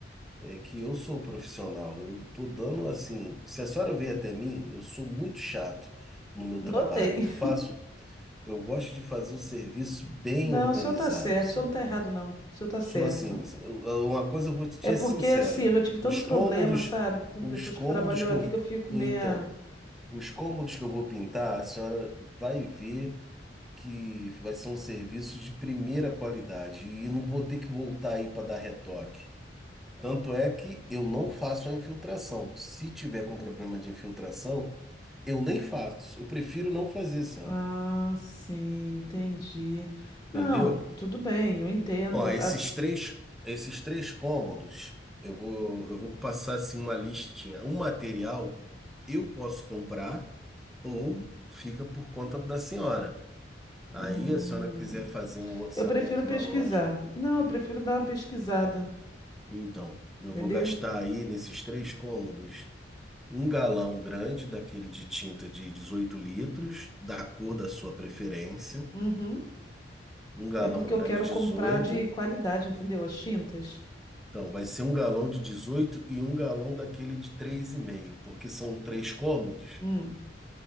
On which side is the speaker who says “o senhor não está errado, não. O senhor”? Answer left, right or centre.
Left